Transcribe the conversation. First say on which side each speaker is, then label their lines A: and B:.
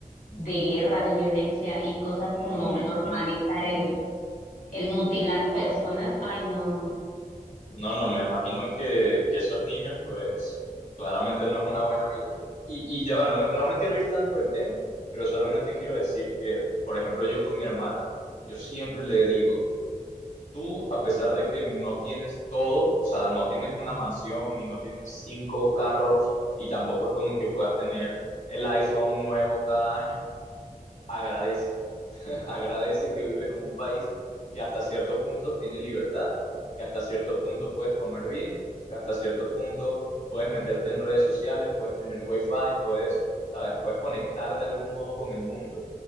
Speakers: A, on the left (about 80°); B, on the left (about 65°).
A: de guerra, de violencia y cosas
B: no
A: como
B: me
A: normalizar
B: imagino.
A: el, el mutilar personas. Ay, no, no, no.
B: No, no, me imagino que, que esos niños, pues, claramente no es una buena vida. Y, y ya va, no me, no me quiero ir tanto del tema, pero solamente quiero decir que, por ejemplo, yo con mi hermana, yo siempre le digo, tú, a pesar de que no tienes todo, o sea, no tienes una mansión y no tienes cinco carros, y tampoco es como que puedas tener el iPhone nuevo cada año, agradece <laughs> Agradece que vives en un país que hasta cierto punto tiene libertad, que hasta cierto punto puedes comer bien, que hasta cierto punto puedes meterte en redes sociales, puedes tener wifi, puedes, sabes, puedes conectar de algún modo con el mundo.